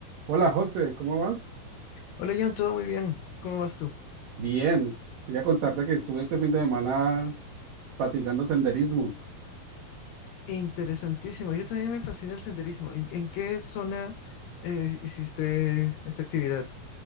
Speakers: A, on the right; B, on the left.
A: Hola José, ¿cómo vas?
B: Hola John, todo muy bien. ¿Cómo vas tú?
A: Bien, quería contarte que estuve este fin de semana practicando senderismo.
B: Interesantísimo. Yo también me fascina el senderismo. ¿En, en qué zona eh, hiciste esta actividad?